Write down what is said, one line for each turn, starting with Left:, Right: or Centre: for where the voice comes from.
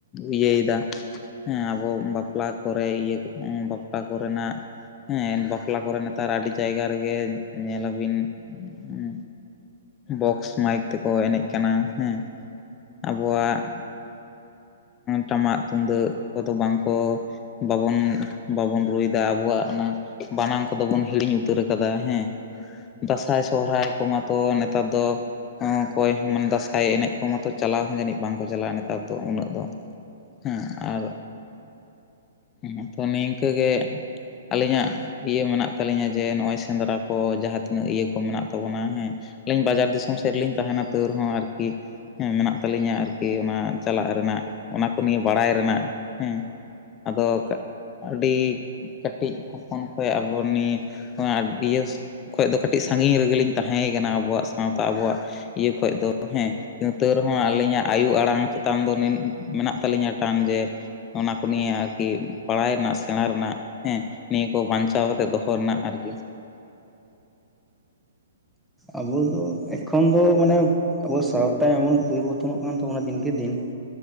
Left: ᱤᱭᱟᱹᱭᱮᱫᱟ᱾ ᱦᱮᱸ ᱟᱵᱚ ᱵᱟᱯᱞᱟ ᱠᱚᱨᱮ ᱤᱭᱟᱹ ᱵᱟᱯᱞᱟ ᱠᱚᱨᱮᱱᱟᱜ ᱦᱮᱸ ᱵᱟᱯᱞᱟ ᱠᱚᱨᱮ ᱱᱮᱛᱟᱨ ᱟᱹᱰᱤ ᱡᱟᱭᱜᱟ ᱨᱮᱜᱮ ᱧᱮᱞᱟᱵᱤᱱ ᱩᱸ, ᱵᱚᱠᱥ ᱢᱟᱭᱤᱠ ᱛᱮᱠᱚ ᱮᱱᱮᱡ ᱠᱟᱱᱟ ᱦᱮᱸ᱾ ᱟᱵᱚᱣᱟᱜ ᱴᱟᱢᱟᱜ ᱛᱩᱢᱫᱟᱹᱜ ᱠᱚᱫᱚ ᱵᱟᱝᱠᱚ ᱵᱟᱵᱚᱱ ᱵᱟᱵᱚᱱ ᱨᱩᱭᱮᱫᱟ ᱟᱵᱚᱣᱟᱜ ᱚᱱᱟ ᱵᱟᱱᱟᱝ ᱠᱚᱫᱚ ᱵᱚᱱ ᱦᱤᱲᱤᱧ ᱩᱛᱟᱹᱨ ᱟᱠᱟᱫᱟ᱾ ᱦᱮᱸ, ᱫᱟᱸᱥᱟᱭ ᱥᱚᱦᱨᱟᱭ ᱠᱚᱢᱟᱛᱚ ᱱᱮᱛᱟᱨ ᱫᱚ ᱦᱮᱸ ᱚᱠᱚᱭ ᱦᱚᱸ ᱢᱟᱱᱮ ᱫᱟᱸᱥᱟᱭ ᱮᱱᱮᱡ ᱠᱚ ᱢᱟᱛᱚ ᱪᱟᱞᱟᱣ ᱦᱚᱸ ᱡᱟᱹᱱᱤᱡ ᱵᱟᱝᱠᱚ ᱪᱟᱞᱟᱜᱼᱟ ᱱᱮᱛᱟᱨ ᱫᱚ ᱩᱱᱟᱹᱜ ᱫᱚ? ᱦᱮᱸ ᱟᱨ ᱦ ᱛᱚ ᱱᱤᱝᱠᱟᱹ ᱜᱮ ᱟᱹᱞᱤᱧᱼᱟᱜ ᱤᱭᱟᱹ ᱢᱮᱱᱟᱜ ᱛᱟᱹᱞᱤᱧᱟ ᱡᱮ ᱱᱚᱜᱼᱚᱭ ᱥᱮᱸᱫᱽᱨᱟ ᱠᱚ ᱡᱟᱦᱟᱸ ᱛᱤᱱᱟᱹᱜ ᱤᱭᱟᱹ ᱠᱚ ᱢᱮᱱᱟᱜ ᱛᱟᱵᱚᱱᱟ ᱦᱮᱸ, ᱟᱹᱞᱤᱧ ᱵᱟᱡᱟᱨ ᱫᱤᱥᱚᱢ ᱥᱮᱫ ᱨᱮᱞᱤᱧ ᱛᱟᱦᱮᱱᱟ ᱛᱟᱹᱣ ᱨᱮᱦᱚᱸ ᱟᱨᱠᱤ, ᱦᱮᱸ ᱢᱮᱱᱟᱜ ᱛᱟᱹᱞᱤᱧᱟ ᱟᱨᱠᱤ ᱚᱱᱟ ᱪᱟᱞᱟᱜ ᱨᱮᱱᱟᱜ ᱚᱱᱟ ᱠᱚ ᱱᱤᱭᱟᱹ ᱵᱟᱲᱟᱭ ᱨᱮᱱᱟᱜ ᱦᱮᱸ᱾ ᱟᱫᱚ ᱟᱹᱰᱤ ᱠᱟᱹᱴᱤᱡ ᱦᱚᱯᱚᱱ ᱠᱷᱚᱡ ᱟᱵᱚ ᱱᱤᱭᱟᱹ ᱤᱭᱟᱹ ᱠᱷᱚᱡ ᱫᱚ ᱠᱟᱹᱴᱤᱡ ᱥᱟᱺᱜᱤᱧ ᱨᱮᱜᱮᱞᱤᱧ ᱛᱟᱦᱮᱸ ᱠᱟᱱᱟ ᱟᱵᱚᱣᱟᱜ ᱥᱟᱶᱛᱟ ᱟᱵᱚᱣᱟᱜ ᱤᱭᱟᱹ ᱠᱷᱚᱡ ᱫᱚ ᱦᱮᱸ᱾ ᱛᱟᱹᱣ ᱨᱮᱦᱚᱸ ᱟᱹᱞᱤᱧᱟᱜ ᱟᱭᱩ ᱟᱲᱟᱝ ᱪᱮᱛᱟᱱ ᱫᱚ ᱢᱮᱱᱟᱜ ᱛᱟᱹᱞᱤᱧᱟ ᱴᱟᱱ ᱡᱮ ᱚᱱᱟ ᱱᱤᱭᱟᱹ ᱟᱨᱠᱤ ᱵᱟᱲᱟᱭ ᱨᱮᱱᱟᱜ ᱥᱮᱸᱬᱟ ᱨᱮᱱᱟᱜ ᱦᱮᱸ ᱱᱤᱭᱟᱹ ᱠᱚ ᱵᱟᱧᱪᱟᱣ ᱠᱟᱛᱮᱫ ᱫᱚᱦᱚ ᱨᱮᱱᱟᱜ ᱟᱨᱠᱤ᱾
Centre: ᱟᱵᱚ ᱫᱚ ᱮᱠᱷᱚᱱ ᱫᱚ ᱢᱟᱱᱮ ᱟᱵᱚ ᱥᱟᱶᱛᱟ ᱮᱢᱚᱱ ᱯᱚᱨᱤᱵᱚᱨᱛᱚᱱᱚᱜ ᱠᱟᱱ ᱛᱟᱵᱚᱱᱟ ᱫᱤᱱᱠᱮ ᱫᱤᱱ